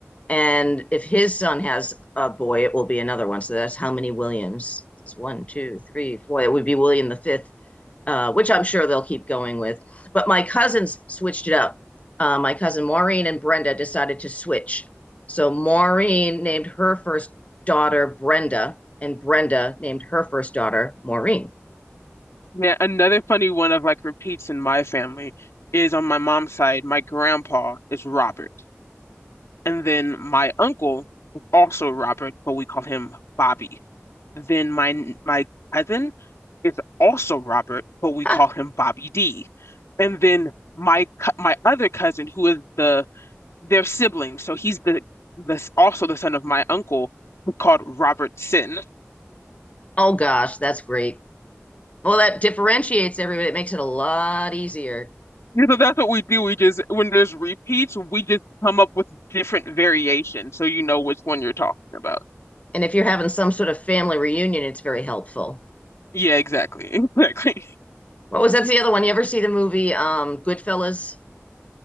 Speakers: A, on the left (about 30°); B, on the left (about 75°).
A: and if his son has a boy it will be another one so that's how many williams it's one two three four it would be william the fifth uh, which I'm sure they'll keep going with. But my cousins switched it up. Uh, my cousin Maureen and Brenda decided to switch. So Maureen named her first daughter Brenda, and Brenda named her first daughter Maureen.
B: Yeah, another funny one of like repeats in my family is on my mom's side. My grandpa is Robert, and then my uncle is also Robert, but we call him Bobby. Then my my cousin is also Robert, but we
A: Huh.
B: call him Bobby D. And then my co- my other cousin, who is the their sibling, so he's the this also the son of my uncle, who's called Robert Sin.
A: Oh gosh, that's great. Well, that differentiates everybody. It makes it a lot easier.
B: You know, that's what we do. We just when there's repeats, we just come up with different variations, so you know which one you're talking about.
A: And if you're having some sort of family reunion, it's very helpful.
B: Yeah, exactly, <laughs> exactly.
A: What was that's the other one? You ever see the movie um, Goodfellas?